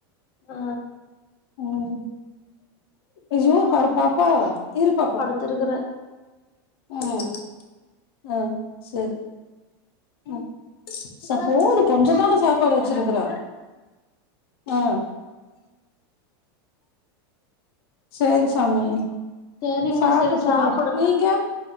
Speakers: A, on the left; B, on the left.
A: ஆ
B: உம் ஐயோ பாப்பா இரு பாப்பா
A: இருக்றே
B: உம் ஆ செரி உம் சப்போடு கொஞ்சந்தான சாப்பாடு வச்சிருக்குற ஆ சேரி சாமி
A: சேரிம்மா
B: சாப்ட்டு
A: சேரி சாப்டு
B: இருக்கறோ நீங்க